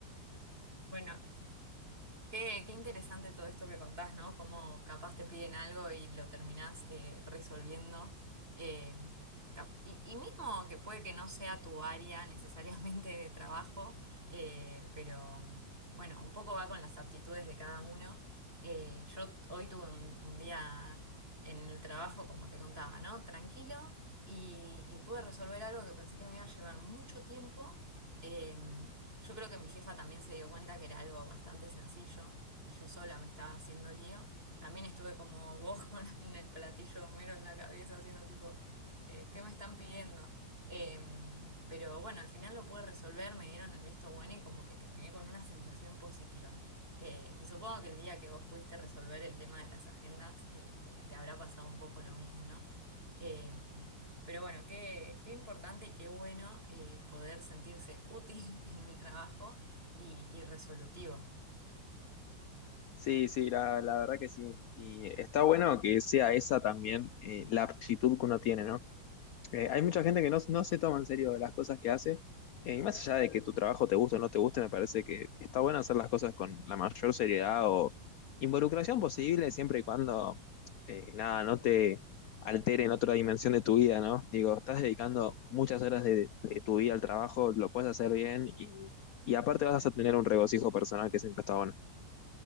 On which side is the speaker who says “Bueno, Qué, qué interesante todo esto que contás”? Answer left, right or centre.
Right